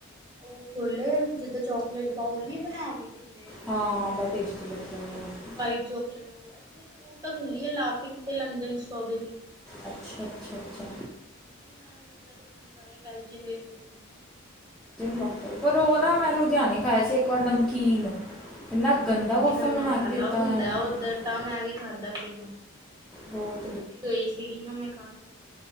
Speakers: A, on the right; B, in the centre.
A: ਉਹ ਖੋਲੇ ਜਿੱਦਾਂ ਚੋਕਲੇਟ ਬਾਊਲ ਨੀ ਬਣਾ ਕੇ ਦਿੰਦੇ
B: ਹਾਂ ਬੜਾ ਟੇਸਟੀ <inaudible>
A: ਵਾਇਟ ਚੋਕਲੇਟ ਇੱਥੇ ਉਹ ਤਾਂ ਖੁੱਲੀ ਲਾਫਿੰਗ ਤੇ ਲੰਡਨ ਸਟ੍ਰਬੇਰੀ
B: ਅੱਛਾ ਅੱਛਾ ਅੱਛਾ
A: <unintelligible>
B: ਵਫਾ ਉਹ ਨਾ ਮੈਂ ਲੁਧਿਆਣੇ ਖਾਇਆ ਸੀ ਇੱਕ ਵਾਰ ਪਰ ਨਮਕੀਨ ਇੰਨਾ
A: ਹਾਂ
B: ਗੰਦਾ ਵਫਾ
A: ਨਮਕ
B: ਬਣਾ ਕੇ
A: ਆਲਾ
B: ਦਿੱਤਾ
A: ਹੁੰਦਾ
B: ਨਾ ਉਹਨਾਂ ਨੇ
A: ਉੱਧਰ ਤਾਂ ਮੈਂ ਵੀ ਖਾਧਾ ਸੀਗਾ।
B: ਹੋਰ
A: ਮੈਂ ਵੀ ਗਈ ਸੀਗੀ ਨਾ ਮੈਂ ਖਾਧਾ,